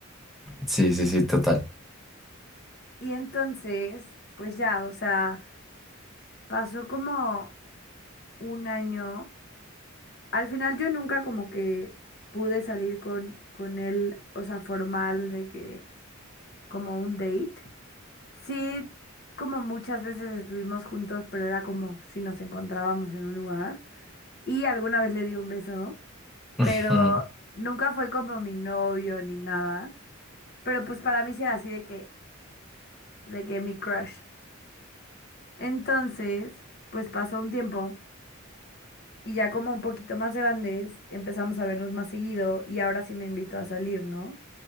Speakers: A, in the centre; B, on the left (about 50°).
A: Sí, sí, sí, total.
B: Y entonces, pues ya, o sea, pasó como un año. Al final yo nunca como que pude salir con, con él, o sea, formal de que como un date. Sí, como muchas veces estuvimos juntos, pero era como si nos encontrábamos en un lugar. Y alguna vez le di un beso,
A: ujú,
B: pero nunca fue como mi novio ni nada. Pero pues para mí sí era así de que, de que mi crush. Entonces, pues pasó un tiempo y ya como un poquito más grandes empezamos a vernos más seguido y ahora sí me invitó a salir, ¿no?